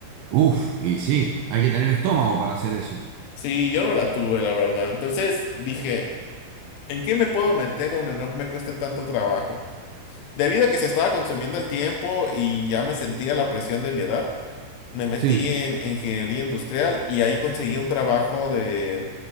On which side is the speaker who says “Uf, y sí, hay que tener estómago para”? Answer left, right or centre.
Right